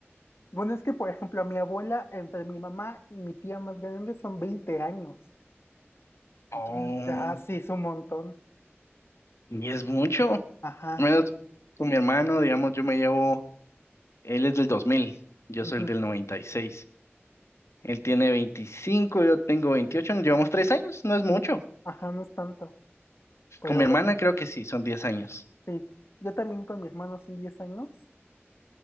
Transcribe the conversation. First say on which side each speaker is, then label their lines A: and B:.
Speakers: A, on the left (about 65°); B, on the left (about 85°).
A: Bueno, es que, por ejemplo, mi abuela, entre mi mamá y mi tía más grande son 20 años. Entonces,
B: Oh.
A: ya Mm. sí es un montón.
B: Y es mucho.
A: Ajá.
B: Al menos con mi hermano, digamos, yo me llevo, él es del 2000, yo
A: ujú,
B: soy el del 96. Él tiene 25, yo tengo 28, nos llevamos 3 años, no es mucho.
A: Ajá, no es tanto. Pero
B: Con mi hermana
A: bueno,
B: creo que sí, son 10 años.
A: sí. Yo también con mi hermano son 10 años.